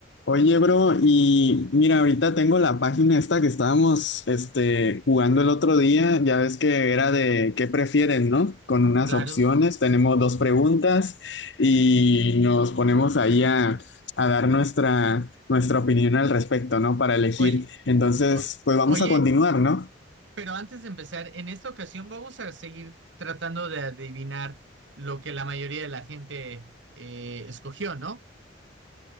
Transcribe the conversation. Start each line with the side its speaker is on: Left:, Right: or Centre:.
Left: Oye, bro, y mira, ahorita tengo la página esta que estábamos este, jugando el otro día, ya ves que era de qué prefieren, ¿no? Con unas
Right: Claro.
Left: opciones, tenemos dos preguntas y nos ponemos ahí a, a dar nuestra, nuestra opinión al respecto, ¿no? Para elegir.
Right: Oye,
Left: Entonces,
Right: o-
Left: pues vamos
Right: oye,
Left: a continuar, ¿no?
Right: pero antes de empezar, en esta ocasión vamos a seguir tratando de adivinar lo que la mayoría de la gente eh, escogió, ¿no?